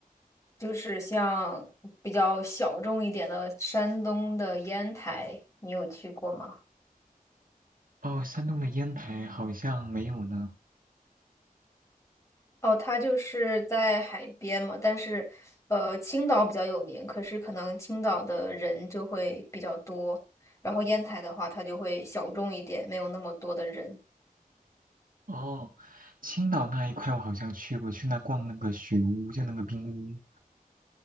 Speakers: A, on the left; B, on the right.
A: 就是像比较小众一点的山东的烟台，你有去过吗？
B: 哦，山东的烟台好像没有呢。
A: 哦，它就是在海边嘛，但是，呃，青岛比较有名，可是可能青岛的人就会比较多，然后烟台的话，它就会小众一点，没有那么多的人。
B: 哦，青岛那一块我好像去过，去那逛那个雪屋，就那个冰屋，